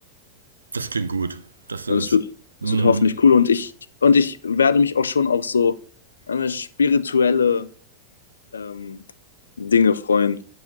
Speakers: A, on the right; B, on the left.
A: Das klingt gut. Das
B: Und
A: ist.
B: es wird,
A: Mhm.
B: es wird hoffentlich cool. Und ich, und ich werde mich auch schon auf so äh, spirituelle ähm, Dinge freuen.